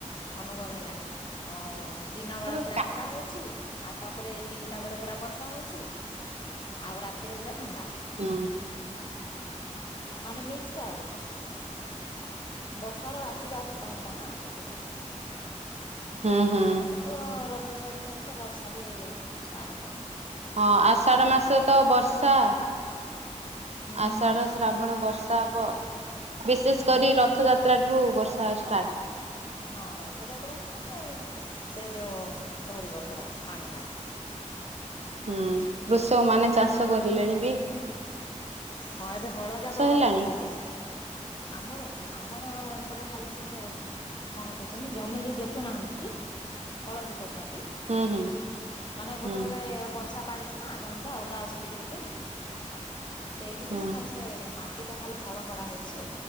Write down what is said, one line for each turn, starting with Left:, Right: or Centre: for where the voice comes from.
Left: ଅନୁଭବ ହେଲାଣି ଅ ଦିନ ବେଳା
Right: ହୁଁ
Left: ପରା ଖରା ହଉଚି, ଆଉ ତାପରେ ତିନିଟା ପରେ ପୁରା ବର୍ଷା ହଉଚି ଆଉ ରାତିରେ ପୁରା ଥଣ୍ଡା ।
Right: ହୁଁ।
Left: ମାନେ ମିକ୍ସ ଆଉ । ବର୍ଷାର ଆସିବା ଆସି ଟାଇମଟା ନା ସେଥିପାଇଁ ।
Right: ହୁଁ ହୁଁ
Left: ଏପଟେ ତ ରଜ ସରୁ ସରୁ ତ ବର୍ଷା ବି ଷ୍ଟାର୍ଟ ହବ ।
Right: ହଁ ଆଷାଢ ମାସ ତ ବର୍ଷା ।
Left: ହୁଁ
Right: ଆଷାଢ ଶ୍ରାବଣ ବର୍ଷା ହବ । ବିଶେଷ
Left: ହଁ
Right: କରି ରଥଯାତ୍ରାଠୁ
Left: ଠିକ୍
Right: ବର୍ଷା ଷ୍ଟାର୍ଟ ।
Left: ହଁ ରଥଯାତ୍ରାଠୁ ମାନେ ଅ ସେ ଯୋଉ ଧରିବ ପରା ପାଣିଟା ।
Right: ହୁଁ କୃଷକ ମାନେ ଚାଷ କରିଲେଣି ବି ।
Left: ହଁ ଏବେ ହଳଯାକ
Right: ହେଲାଣି
Left: କରୁଥିବେ ଆମର ଆମର ଏ ପଟ ଖାଲି ସେଯୋଉ କଣ କଛନ୍ତି ଜମି ଯୋଉ ଯୋତୁ ନାହାନ୍ତିକି ହଳ ଯୋ କରୁର୍ଚନ୍ତି
Right: ହୁଁ ହୁଁ
Left: ମାନେ ଗୋଟେ
Right: ହୁଁ
Left: ଓଟେଏ ବର୍ଷା ପାଇଁ ଛି ନା ଜମିଟା ଅଦା ଅଛି ଟିକେ ଟିକେ । ସେଇଥିପାଇଁ
Right: ହୁଁ
Left: ଖାନସେ ମା ଟି ଟା ଖାଲି ହଳ କରାହେଇଚି